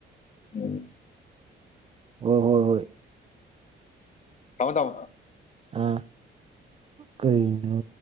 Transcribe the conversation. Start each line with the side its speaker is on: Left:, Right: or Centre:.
Left: ꯎꯝ
Right: ꯍꯣꯏ ꯍꯣꯏ ꯍꯣꯏ
Left: ꯇꯥꯎ ꯇꯥꯎ
Right: ꯑ ꯀꯩꯩꯅꯣ